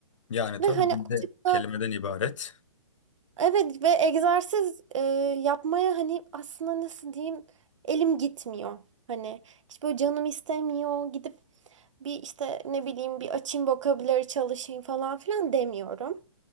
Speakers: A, on the left; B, on the right.
A: Yani
B: Ve
A: tabii
B: hani
A: dilde
B: açıkta
A: kelimeden ibaret.
B: evet ve egzersiz e, yapmaya hani aslında nasıl diyeyim elim gitmiyor. Hani hiç böyle canım istemiyor. Gidip bir işte ne bileyim bir açayım vokabuları çalışayım falan filan demiyorum.